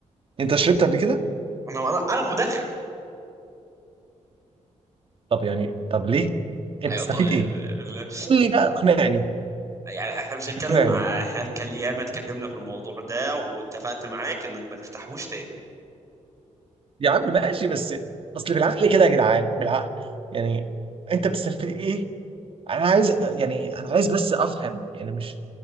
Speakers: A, on the right; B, on the right.
A: أنت شربت قبل كده؟
B: انا انا انا مدخن
A: طب يعني طب ليه؟ أنت
B: ايوه
A: تستفيد
B: طيب
A: إيه؟
B: <laughs>
A: قول لي بقى اقنعني
B: يعني احنا مش هنتكلم
A: اقنعني
B: ع- احنا هنتكلم ياما اتكلمنا في الموضوع ده واتفقت معاك انك ما تفتحوش تاني
A: يا عم ماشي بس أصل بالعقل كده يا جدعان بالعقل يعني أنت بتستفيد إيه انا عايز يعني انا عايز بس افهم يعني مش